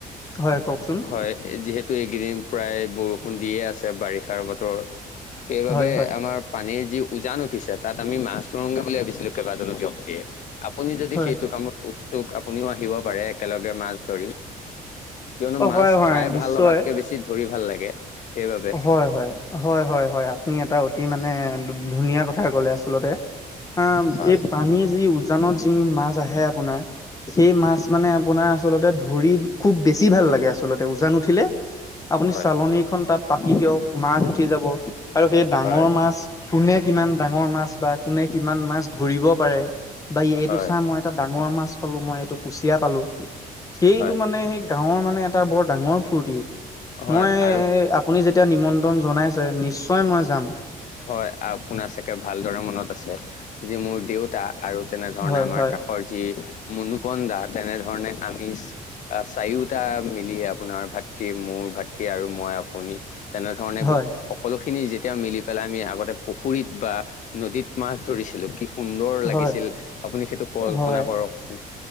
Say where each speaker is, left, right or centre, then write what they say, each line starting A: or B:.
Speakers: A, on the left (about 20°); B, on the left (about 50°).
A: হয় কওকচোন
B: হয় যিহেতু এইকেইদিন প্ৰায় বৰষুণ দিয়ে আছে বাৰিষাৰ বতৰ সেইবাবে
A: হয় হয়
B: আমাৰ পানীৰ যি উজান উঠিছে তাত আমি মাছ ধৰোগে বুলি ভাবিছিলো কেইবাজনো ব্যক্তিয়ে আপুনি যদি
A: হয়
B: সেইটো কামত উৎসুক আপুনিও আহিব পাৰে একেলগে মাছ ধৰি কিয়নো
A: অ
B: মাছ
A: হয় হয়
B: খাই
A: নিশ্চয়
B: ভাল লগাতকে বেছি ধৰি ভাল লাগে। সেইবাবে
A: হয় হয় হয় হয় হয় আপুনি এটা অ মানে ধুনীয়া কথা ক'লে আচলতে আ
B: হয়
A: এই পানী যি উ- উজানত যি মাছ আহে আপোনাৰ সেই মাছ মানে আপোনাৰ আচলতে ধৰি খুব বেছি ভাল লাগে আচলতে উজান উঠিলে আপুনি
B: হয়
A: চালনীখন তাত পাতি দিয়ক মাছ উঠি যাব আৰু সেই ডাঙৰ
B: হয়
A: মাছ মাছ কোনে কিমান ডাঙৰ মাছ বা কোনে কিমান মাছ ধৰিব পাৰে। বা এইটো
B: হয়
A: চাহ মই এটা ডাঙৰ মাছ পালো মই এইটো কুচিয়া পালো সেইটো
B: হয়
A: মানে সেই গাঁৱৰ মানে এটা বৰ ডাঙৰ ফূৰ্তি
B: হয়
A: মই
B: আৰু
A: আপুনি যেতিয়া নিমন্ত্ৰণ জনাইছে নিশ্চয় মই যাম
B: হয় আপোনাৰ চাগে ভালদৰে মনত আছে যে মোৰ দেউতা। আৰু তেনেধৰণে
A: হয়
B: আমাৰ
A: হয়
B: কাষৰ যি মুনুকনদা তেনেধৰণে আমি চাৰিওটা মিলি আপোনাৰ ভাতৃ মোৰ ভাতৃ আৰু মই আপুনি তেনেধৰণে
A: হয়
B: সকলো খিনি যেতিয়া মিলি পেলাই আমি আগতে পুখুৰীত বা নদীত মাছ ধৰিছিলো কি সুন্দৰ লাগিছিল
A: হয়
B: আপুনি সেইটো কল্পনা
A: হয়
B: কৰকচোন